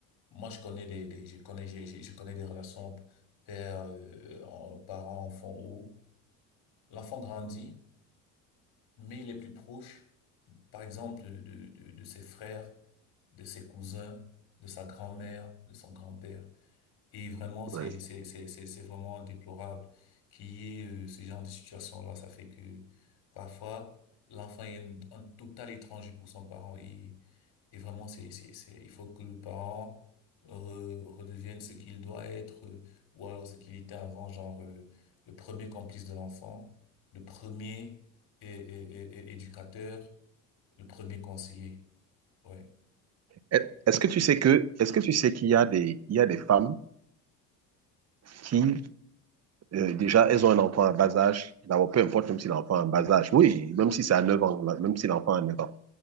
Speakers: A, on the left; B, on the right.
A: moi, je connais des, des- je connais, j'ai- j'ai- je, connais des relations père, euh, en- parent, enfant où l'enfant grandit, mais il est plus proche, par exemple, de, de, de ses frères, de ses cousins, de sa grand-mère, de son grand-père. Et vraiment,
B: ouais.
A: c'est, c'est, c'est, c'est, c'est vraiment déplorable qu'il y ait euh, ce genre de situation-là. Ça fait que parfois, l'enfant est un, un total étranger pour son parent. Et, et vraiment, c'est, c'est, c'est, il faut que le parent re- redevienne ce qu'il doit être euh, ou alors ce qu'il était avant, genre euh, le premier complice de l'enfant, le premier é- é- é- é- éducateur, le premier conseiller. Ouais,
B: Est- Est-ce que tu sais que, est-ce que tu sais qu'il y a des, il y a des femmes qui, euh, déjà, elles ont un enfant à bas âge, d'abord, peu importe, même si l'enfant a un bas âge, oui, même si c'est à 9 ans, là, même si l'enfant a 9 ans,